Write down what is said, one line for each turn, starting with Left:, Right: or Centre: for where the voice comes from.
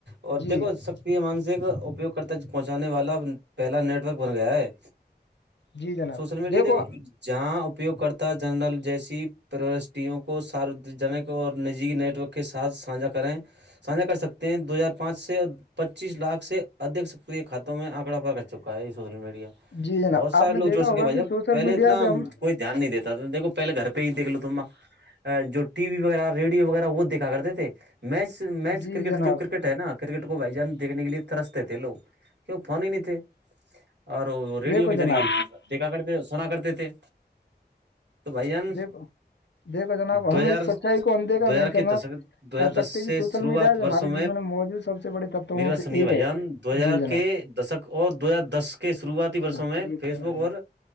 Right: اور
Left: جی
Right: دیکھو سکتی مان سےک اپیوگ کرتا پہنچانے والا پہلا نیٹورک بن گیا ہے
Left: جی جناب
Right: سوشل میڈیا
Left: دیکھو
Right: د کو جہاں اپیوگ کررتا جنرل جیسی پروسوں کو ساروجنک اور نجییکی نیٹ ورک کے ساتھ سانھا کریں سانھا کر سکتے ہیں دو ہزار پانچ سے اور پچیس لاکھ سے ادھ سکریے خاتوں میں آنکڑا پ کر چکا ہے یہ سوشل میڈیا
Left: جی جناب
Right: بہت سارے
Left: آپ نے
Right: لوگ
Left: دیکھا
Right: جوڑ سکے
Left: ہوگا
Right: بھائی
Left: کہ
Right: جب
Left: سوشل
Right: پہلے
Left: میڈیا
Right: اتنا
Left: سے ہم
Right: کوئی دھیان نہیں دیتا تھامیکھو پہے گھر پہ ہی دیک لو تما جو ٹی وی وغیرہ ریڈیو وغیرہ وہ دیکھا کرتے تھے میچ میچ
Left: جی
Right: ک کرکٹر
Left: جناب
Right: جو کرکٹ ہے نا کرکٹ کو وجان دیکنے کے لیے طرا تھے لوگ کی فون ہی نہیں تھے اور ریڈیو
Left: دیکھو
Right: کے ذریعے
Left: جناب
Right: ہی دیکھا کرتے سنا کرتے تھے تو بھائی جان
Left: دیکھو دیکھو جناب
Right: دو
Left: ہم
Right: ہزار
Left: اس سچائی کو اندیکھا
Right: دو ہزار
Left: نہیں
Right: کے
Left: کرنا
Right: دشک دو ہزار
Left: کر سکتے
Right: دس
Left: کہ
Right: سے
Left: سوشل
Right: شروعات
Left: میڈیا جو ہمارے
Right: برسوں
Left: جین میں موجود سب سے بڑے تتو
Right: میری
Left: وہاں
Right: بات
Left: سے
Right: سنیے
Left: ایک
Right: بھائی
Left: ہے
Right: جان دو ہزار
Left: جی جناب
Right: کے دشک اور دو ہزار دس کے شروعات ورسوں
Left: بات
Right: میں
Left: کریے
Right: فیس
Left: کال
Right: بک
Left: آ رہی
Right: اور